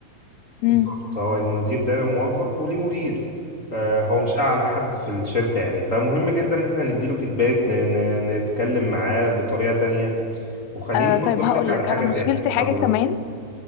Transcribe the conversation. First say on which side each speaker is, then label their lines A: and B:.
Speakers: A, on the left; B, on the left.
A: مم.
B: بالظبط هو المدير ده موظف وليه مدير آه، هو مش اعلى حد في الشركه يعني فمهم جدا ان احنا نديله فيدباك ن- ن- نتكلم معاه بطريقه تانية وخليني
A: آه
B: برضه
A: طيب
B: اقول
A: هقول
B: لك على
A: لك
B: حاجه
A: انا مشكلتي
B: تانية
A: حاجه
B: طب
A: كمان